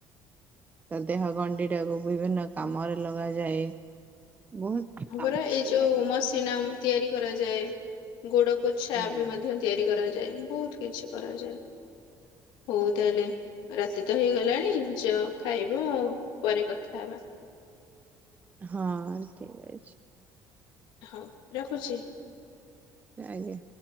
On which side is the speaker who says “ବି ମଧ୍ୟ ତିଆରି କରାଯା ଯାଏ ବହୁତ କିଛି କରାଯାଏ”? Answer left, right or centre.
Left